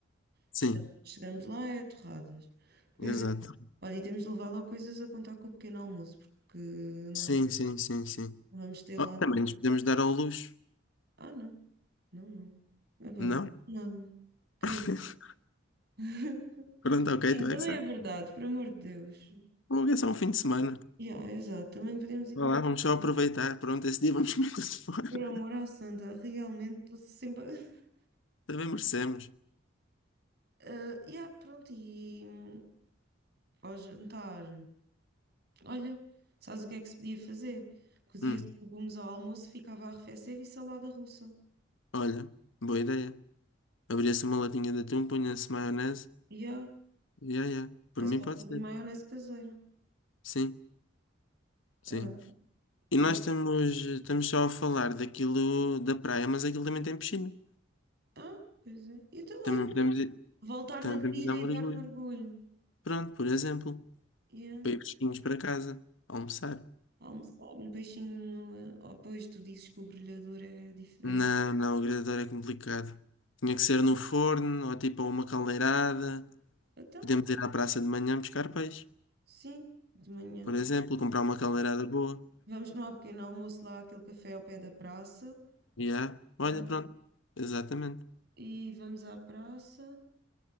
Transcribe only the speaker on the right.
Chegamos, chegamos lá, é torradas. Depois,
olha, e temos de levar lá coisas a contar com o pequeno almoço, porque nós
não
vamos ter
lá.
Ah, não, não, não. Epá,
não, nada. Querido.
<laughs>
Sim,
também
é verdade, por amor de Deus.
Yeah, exato, também podemos ir
tomar.
um
Por
amor à santa, realmente estou sempre. <laughs>
Ah, yeah, pronto, e hum, ao jantar, olha, sabes o que é que se podia fazer? Cozia-se
legumes ao almoço, ficava a arrefecer e salada russa.
Yeah,
até
se
pode
fazer
maionese caseira.
Ah,
pronto.
Ah, pois é. Então,
olha,
voltar
da trilha
e dar
um mergulho.
Yeah.
Almoçar um peixinho. ah, Oh, pois tu dizes que o grelhador é diferente.
Então,
sim, de manhã.
Vamos tomar um pequeno almoço lá àquele café ao pé da praça.
ah,
e vamos à praça